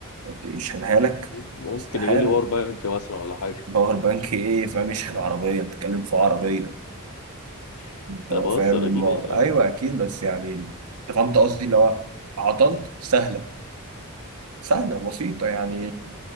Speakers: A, on the right (about 85°); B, on the left (about 75°).
A: يشحنها لك
B: ممكن
A: استحالة
B: يجيب لي باور بانك مثلا ولا حاجه
A: باور بانك إيه فاهم يشحن عربية بتتكلم في عربية
B: <laughs>
A: أنت
B: انا بهزر
A: فاهم الموضوع
B: اكيد يعني اه
A: أيوه أكيد بس يعني أنت فهمت قصدي اللي هو عطلت سهلة سهلة بسيطة يعني